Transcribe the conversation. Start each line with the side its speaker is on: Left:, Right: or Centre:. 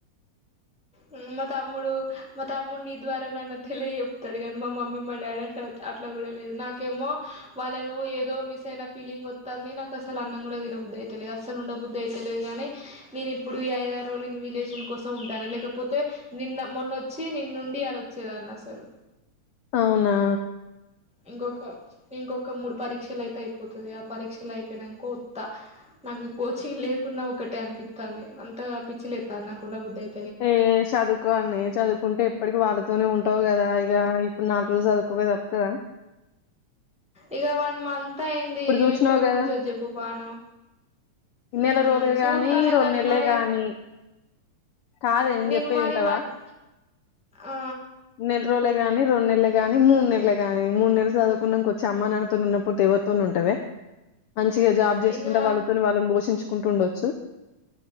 Centre: మ్మ్ మా తమ్ముడు మా తమ్ముడు నీ ద్వారా నాన్న తెలియ చెప్తాడు కానీ మా మమ్మీ మా డాడీ అ అట్లా కూడా లేదు. నాకేమో వాళ్ళను ఏదో మిస్ అయిన ఫీలింగ్ వత్తాంది. నాకు అసలు అన్నం కూడా తినబుద్ధి అయితలేదు అసలు ఉండబుద్ధి అయితలేదు గానీ, నేను ఇప్పుడు ఈ ఐదా ఆరు రోజులు ఇన్ విలేషన్ కొస్ సో ఉంటాన లేకపోతే నిన్న మొన్నొచ్చి నిన్నుండి అళ వచ్చేదాన్ని అసలు
Left: అవునా
Centre: ఇంకొక ఇంకొక మూడు పరీక్షలు అయితే అయిపోతది. ఆ పరీక్షలు అయిపోయినాం కోత్తా నాకు కోచింగ్ లేకున్నా ఒకటే అనిపిత్తంది, అంత పిచ్చిలేత్తన్ నాకు ఉండబుద్దు అయి
Left: ఏ చదువుకోని చదువుకుంటే ఎప్పటికి వాళ్ళతోనే ఉం ట్టవు కదా ఇగ ఇప్పుడు నాలుగు రోజు జదువుకు వోన త్తదా
Centre: ఇగ వన్ మం త్ అయింది
Left: చూసినావు
Centre: ఎట్లా గుంజుతది,
Left: కదా
Centre: జెప్పు పానం
Left: నెల
Centre: మ్మ్
Left: రోజులే
Centre: సూత్తనవ్
Left: గాని రెండు
Centre: గాని
Left: నెలలే
Centre: మరి
Left: గాని కాదే
Centre: నేను
Left: చెప్పేది
Centre: మరి
Left: ఇంటవా
Centre: వార్ని ఆ
Left: నెల గాని రెండు నెల్లే గానీ, మూడు నెల్లే గాని మూన్నెల్లు చదువుకున్నంక వచ్చి అమ్మా నాన్నతో ఉన్నకపోతే ఎవర్ తోనె ఉంటవే మంచిగా జాబ్ చేసుకుంట
Centre: ఇగ
Left: వాళ్ళతోని వాళ్ళని పోషించుకుంటు ఉండొచ్చు